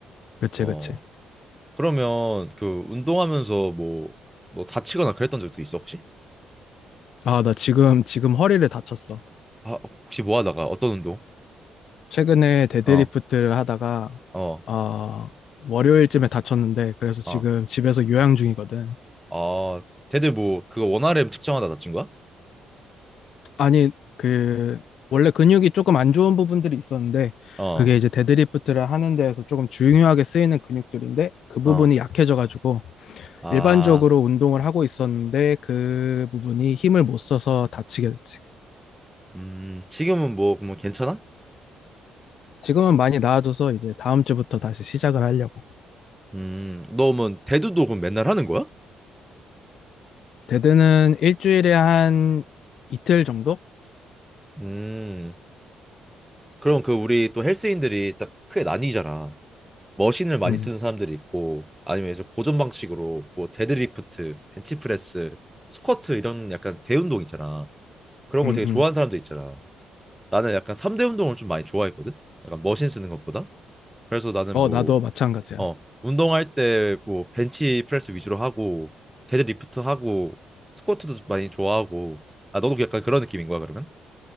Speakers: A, on the left; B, in the centre.
A: 그치,
B: 어.
A: 그치.
B: 그러면 그 운동하면서 뭐 너 다치거나 그랬던 적도 있어 혹시?
A: 아, 나 지금 지금 허리를 다쳤어.
B: 아 혹시 뭐 하다가 어떤 운동?
A: 최근에 데드리프트를
B: 어.
A: 하다가
B: 어,
A: 어, 월요일쯤에 다쳤는데 그래서 지금
B: 어,
A: 집에서 요양 중이거든.
B: 어, 걔들 뭐 그거 원RM 측정하다 다친 거야?
A: 아니 그 원래 근육이 조금 안 좋은 부분들이 있었는데
B: 어,
A: 그게 이제 데드리프트를 하는 데에서 조금 중요하게 쓰이는 근육들인데 그 부분이
B: 어,
A: 약해져가지고
B: 아,
A: 일반적으로 운동을 하고 있었는데 그 부분이 힘을 못 써서 다치게 됐지.
B: 음, 지금은 뭐, 뭐 괜찮아?
A: 지금은 많이 나아져서 이제 다음 주부터 다시 시작을 하려고.
B: 음, 너 뭐 대두도 그럼 맨날 하는 거야?
A: 데드는 일주일에 한 이틀 정도?
B: 음, 그럼 그 우리 또 헬스인들이 딱 크게 나뉘잖아. 머신을 많이
A: 음,
B: 쓰는 사람들이 있고, 아니면 이제 고전 방식으로 뭐 데드리프트, 벤치프레스, 스쿼트 이런 약간 대운동 있잖아. 그런
A: 음,
B: 걸 되게
A: 음.
B: 좋아하는 사람도 있잖아. 나는 약간 3대 운동을 좀 많이 좋아했거든. 약간 머신 쓰는 것보다. 그래서 나는
A: 어,
B: 뭐
A: 나도 마찬가지야.
B: 어, 운동할 때 뭐 벤치 프레스 위주로 하고 데드리프트 하고 스쿼트도 많이 좋아하고 아 너도 약간 그런 느낌인 거야 그러면?